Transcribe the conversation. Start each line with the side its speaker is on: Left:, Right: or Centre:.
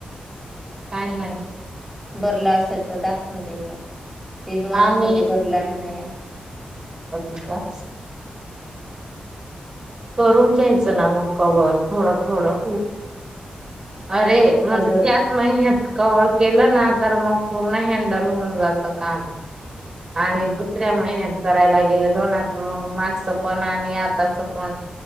Right: काय
Centre: बरला असेल तर दाखवून देतो तीच मणत
Right: आणि
Centre: होती बरला नाही
Right: अगदी का करून घ्यायचं ना मग कवर थोडं थोडं अरे म्हणज
Centre: डबल
Right: त्यात म ह्यात कवर्ह केलं ना तर मग पूर्ण हँडल होऊन जात काम आणि दुसऱ्या महिन्यात करायला गेल लोन मग मागचं पण आणि आताच पण